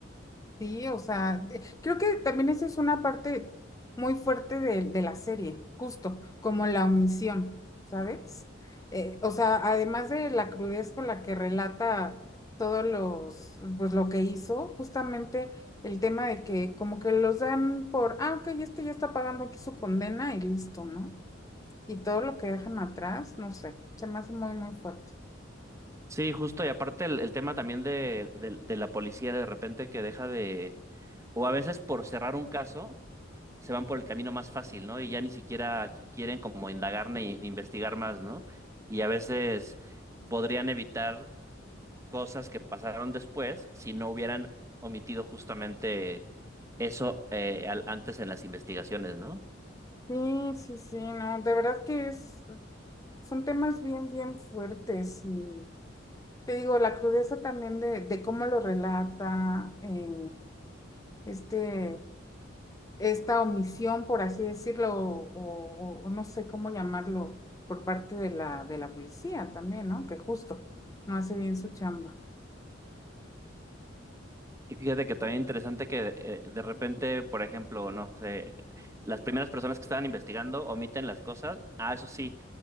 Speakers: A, on the left; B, on the right.
A: Sí, o sea, de- creo que también esa es una parte muy fuerte de, de la serie, justo, como la omisión, ¿sabes? Eh, o sea, además de la crudez con la que relata todos los, pues lo que hizo, justamente el tema de que como que los dan por, ah, ok, este ya está pagando aquí su condena y listo, ¿no? Y todo lo que dejan atrás, no sé, se me hace muy, muy fuerte.
B: Sí, justo. Y aparte el, el tema también de, de, de la policía de repente que deja de, o a veces por cerrar un caso, se van por el camino más fácil, ¿no? Y ya ni siquiera qui- quieren como indagar ni investigar más, ¿no? Y a veces podrían evitar cosas que pasaron después si no hubieran omitido justamente eso eh, al- antes en las investigaciones, ¿no?
A: Sí, sí, sí, no, de verdad que es, son temas bien, bien fuertes y... Te digo, la crudeza también de, de cómo lo relata, eh, este, esta omisión, por así decirlo, o, o- o no sé cómo llamarlo, por parte de la, de la policía también, ¿no? Que justo no hace bien su chamba.
B: Y fíjate que también interesante que eh, de repente, por ejemplo, no sé, las primeras personas que estaban investigando omiten las cosas, ah, eso sí,